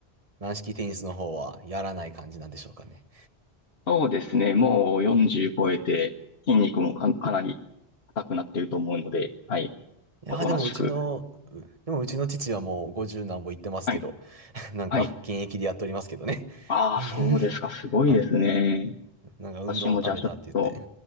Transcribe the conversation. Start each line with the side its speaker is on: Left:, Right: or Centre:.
Right: 軟式テニスの方はやらない感じなんでしょうかね。
Left: そうですね。もう40超えて、筋肉もか、かなり硬くなっていると思うので、はい。
Right: いやー、
Left: おとなしく。
Right: でもうちの、うでもうちの父はもう50何歩行ってますけど、
Left: はい、
Right: <laughs> なんか現役でやっておりますけどね。
Left: はい。ああ、
Right: <laughs>
Left: そうですか。すごいですね。
Right: はい。なんか運動のためだって言って。
Left: 私もじゃあちょっと、